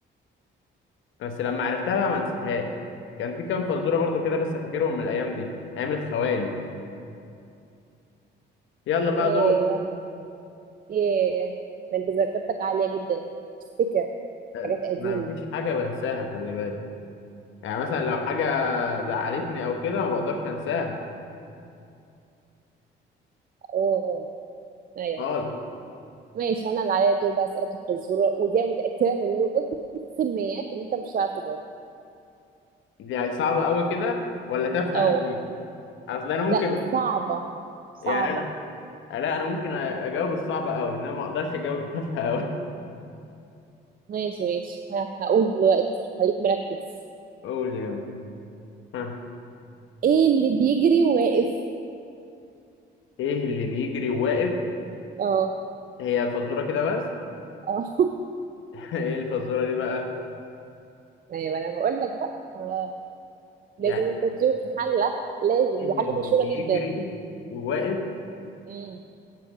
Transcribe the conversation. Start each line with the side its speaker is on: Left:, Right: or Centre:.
Left: بس لما عرفتها بقى ما نسيتهاش كان في كام فزوره برضو كده لسه فاكرهم من الايام دي ايام الخوالي يلا بقى
Right: ياه
Left: دور
Right: ياه ده انت ذاكرتك عاليه جدا تفتكر
Left: آه،
Right: حاجات قديمه
Left: ما فيش حاجه بنساها خلي بالك يعني مثلا لو حاجه زعلتني او كده ما بقدرش انساها
Right: اوه ايوه
Left: خالص
Right: ماشي انا اللي عليا الدور بقى اسالك الفزوره ودي أنا متاكده مليون في الميه ان انت مش هتعرف تجاوب
Left: يعني صعبه قوي كده ولا تافهه
Right: اه
Left: قوي اصل انا ممكن
Right: لا صعبه صعبه
Left: يعني لا انا ممكن اجاوب الصعب قوي انما ما اقدرش اجاوب التافهه قوي
Right: ماشي ماشي ها هقول دلوقتي خليك مركز
Left: <laughs> قول يلا ها
Right: ايه اللي بيجري واقف
Left: ايه اللي بيجري وواقف
Right: اه
Left: هي الفزوره كده بس
Right: اه
Left: <laughs> ايه الفزوره دي بقى
Right: ايوه انا بقول لك بقى آه. لازم
Left: يعني
Right: انت تشوف حلة لازم
Left: ايه
Right: دي حاجة
Left: اللي
Right: مشهورة
Left: بيجري
Right: جدا
Left: وواقف
Right: امم